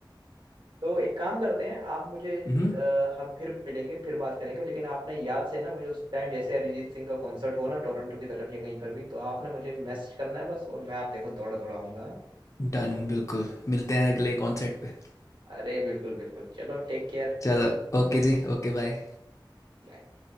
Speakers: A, on the right (about 65°); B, on the left (about 40°).
A: तो एक काम करते हैं आप मुझे अ,
B: हम्म
A: हम फिर मिलेंगे फिर बात करेंगे लेकिन आपने याद से ना मुझे उस टाइम जैसे अरिजीत सिंह का कॉन्सर्ट हो ना टोरंटो की तरफ या कहीं पर भी तो आपने मुझे मैसेज करना है बस और मैं आप देखो दौड़ा दौड़ा आऊंगा
B: डन बिल्कुल मिलते हैं अगले कॉन्सर्ट पे
A: अरे बिल्कुल बिल्कुल चलो टेक केयर
B: चलो ओके जी ओके बाय
A: बाय